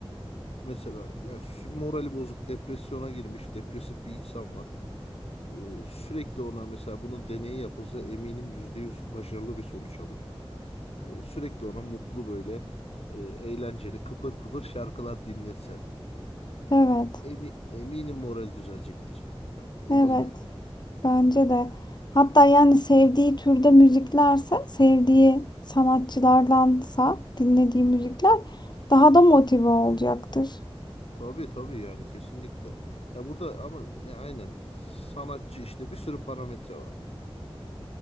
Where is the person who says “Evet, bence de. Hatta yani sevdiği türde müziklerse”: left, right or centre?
Left